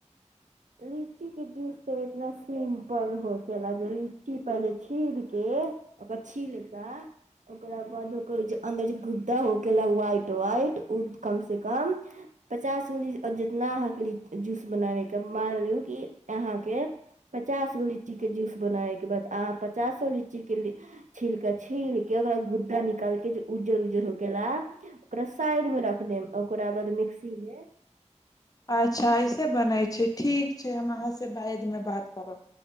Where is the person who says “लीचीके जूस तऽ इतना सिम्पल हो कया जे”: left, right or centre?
Right